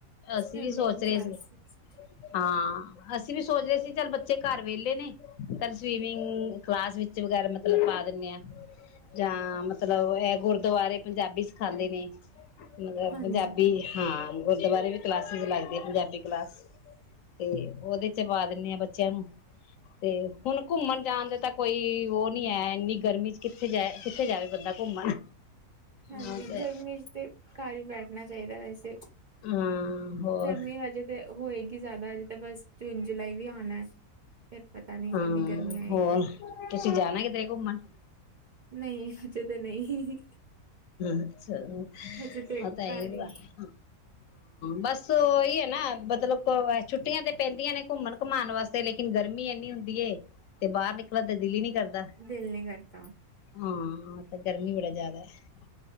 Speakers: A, on the right; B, on the left.
A: ਸਵਿਮਿੰਗ
B: ਅਸੀਂ ਵੀ ਸੋਚ ਰਹੇ
A: ਕਲਾਸਿਸ
B: ਸੀ, ਹਾਂ। ਅਸੀਂ ਵੀ ਸੋਚਦੇ ਸੀ, ਚੱਲ ਬੱਚੇ ਘਰ ਵਿਹਲੇ ਨੇ, ਪਰ ਸਵੀਮਿੰਗ ਕਲਾਸ ਵਿੱਚ ਵਗੈਰਾ ਮਤਲਬ ਪਾ ਦੇ ਜਾਂ ਮਤਲਬ ਇਹ ਗੁਰਦੁਆਰੇ ਪੰਜਾਬੀ ਸਿਖਾਉਂਦੇ ਨੇ। ਮਤਲਬ
A: ਹਾਂਜੀ
B: ਪੰਜਾਬੀ ਹਾਂ। ਗੁਰਦੁਆਰੇ ਵੀ ਕਲਾਸਿਸ ਲੱਗਦੇ ਪੰਜਾਬੀ ਕਲਾਸ, ਤੇ ਉਹਦੇ ਚ ਪਾ ਦਿੰਦੇ ਆ ਬੱਚਿਆਂ ਨੂੰ, ਤੇ ਹੁਣ ਘੁੰਮਣ ਜਾਣ ਦੇ ਤਾਂ ਕੋਈ ਉਹ ਨੀ ਹੈ ਇੰਨੀ ਗਰਮੀ ਚ ਕਿੱਥੇ ਜਾ ਕਿੱਥੇ ਜਾਵੇ ਬੰਦਾ ਘੁੰਮਣ
A: ਹਾਂਜੀ,
B: ਹਾਂ ਤੇ
A: ਗਰਮੀ ਚ ਤੇ ਘਰ ਵੀ ਬੈਠਣਾ ਚਾਹੀਦਾ ਵੈਸੇ,
B: ਹਾਂ ਹੋਰ
A: ਗਰਮੀ ਹਜੇ ਤੇ ਹੋਏਗੀ ਜ਼ਿਆਦਾ ਹਜੇ, ਤਾਂ ਬਸ ਜੂਨ ਜੁਲਾਈ ਵੀ <unintelligible>
B: ਹਾਂ,
A: ਕਿੰਨੀ ਗਰਮੀ ਆਏਗੀ
B: ਹੋਰ ਤੁਸੀਂ ਜਾਣਾ ਕਿਧਰੇ ਘੁੰਮਣ।
A: ਨਹੀਂ, ਹਜੇ ਤਾਂ ਨਹੀਂ।
B: ਅੱਛਾ,
A: ਹਜੇ ਤੇ
B: ਤਾਂ ਇਹ
A: ਘਰ
B: ਹਾਂ
A: ਹੀ
B: ਬੱਸ। ਬੱਸ ਉਹੀ ਹੈ ਨਾ, ਮਤਲਬ ਛੁੱਟੀਆਂ ਤੇ ਪੈਂਦੀਆਂ ਨੇ ਘੁੰਮਣ ਘੁਮਾਉਣ ਵਾਸਤੇ, ਲੇਕਿਨ ਗਰਮੀ ਇੰਨੀ ਹੁੰਦੀ ਏ ਤੇ ਬਾਹਰ ਨਿਕਲਣ ਤਾਂ ਦਿਲ ਨੀ ਕਰਦਾ
A: ਦਿਲ ਨੀ ਕਰਦਾ।
B: ਹਾਂ ਤੇ ਗਰਮੀ ਬੜਾ ਜ਼ਿਆਦਾ ਹੈ